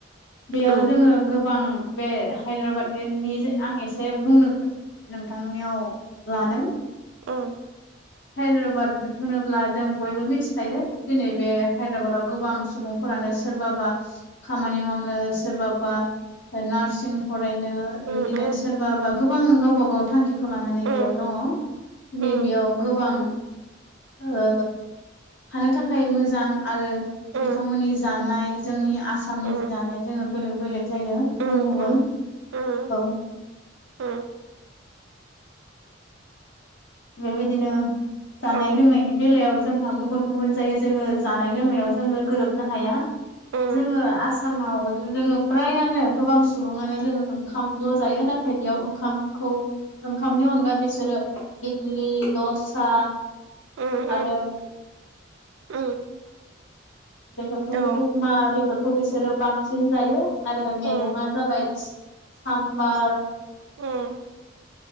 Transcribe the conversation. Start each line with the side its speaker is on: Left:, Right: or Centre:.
Left: बेयाव
Right: उम
Left: जोङो गोबां बे हायद्राबादनि आं एसे बुंनो नोंथांनियाव लादों
Right: उम
Left: हायद्राबाद होनोब्ला जों बयबो मिथिखायो दिनै बे हायद्राबादाव गोबां सुबुंफोर सोरबाबा खामानि मावनो सोरबाबा नारसिं फ रायनो बेबायदिनो
Right: उम उम
Left: सोरबा बा गोबां गावबा गाव थांखि साख्रिखौ लानानै
Right: उम
Left: बेयाव दंङ दिनै
Right: उम
Left: बेयाव गोबां ओ थानो थाखाय मोजां आरो
Right: उम
Left: बिथांमोननि जानाय जोंनि आसामनि
Right: उम
Left: जानाय जोङो बेलेग बेलेग जायो गुबुन
Right: उम
Left: गुबुन
Right: उम उम
Left: औ
Right: उम
Left: बेबायदिनो जानाय
Right: औ
Left: लोंनायनि बेलायाव जोंहा गुबुन गुबुन जायो जोङो जानाय लोंनायाव जोङो गोरोबनो हाया
Right: उम
Left: जोङो आसामाव जोङो प्रायानो गोबां सुबुङानो जोंङो ओंखामल' जायो नाथाय बेयाव ओंखामखौ ओंखामनि अनगा बिसोरो इदलि दससा
Right: उम
Left: आरो
Right: उम उम
Left: बेफोरखौ
Right: औ
Left: अखमा बेफोरखौ बिसोरो बांसिन जायो आरो
Right: उम
Left: मेगंआ जाबाय सामबार
Right: उम